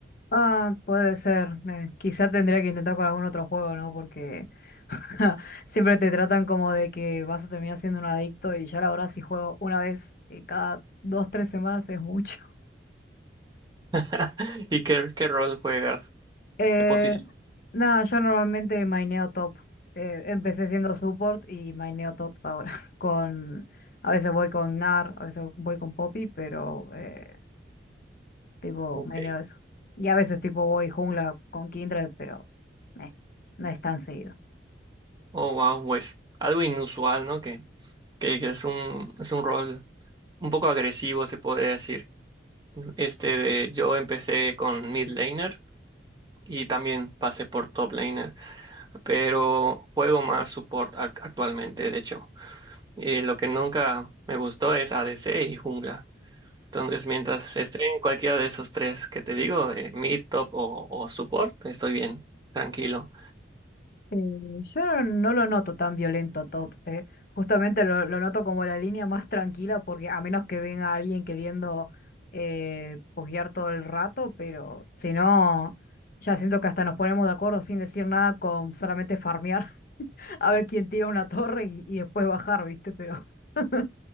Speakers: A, on the left; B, on the right.
A: Ah, puede ser. eh, quizá tendría que intentar con algún otro juego, ¿no? Porque <laughs> siempre te tratan como de que vas a terminar siendo un adicto y ya la verdad si juego una vez eh, cada dos, tres semanas es mucho.
B: <laughs> ¿Y qué, qué rol juegas?
A: Eh,
B: ¿Qué posición?
A: no, yo normalmente maineo top. Eh, empecé siendo support y maineo top ahora. <laughs> Con, a veces voy con nar a veces voy con Poppy, pero eh, tipo
B: Ok.
A: maineo eso. Y a veces tipo voy jungla con Kindred, pero meh, no es tan seguido.
B: Oh, wow, pues algo inusual, ¿no? Que, que es un, es un rol un poco agresivo, se podría decir. Este de, yo empecé con mid laner y también pasé por top laner. pero juego más support ac- actualmente, de hecho. Y lo que nunca me gustó es ADC y jungla. Entonces, mientras esté en cualquiera de esos tres que te digo, eh, mid, top o, o support, estoy bien, tranquilo.
A: Eh, yo no lo noto tan violento Top, eh. Justamente lo, lo noto como la línea más tranquila, porque a menos que venga alguien queriendo eh, posguear todo el rato, pero si no, ya siento que hasta nos ponemos de acuerdo sin decir nada con solamente farmear, <laughs> a ver quién tira una torre y, y después bajar, ¿viste? Pero <laughs>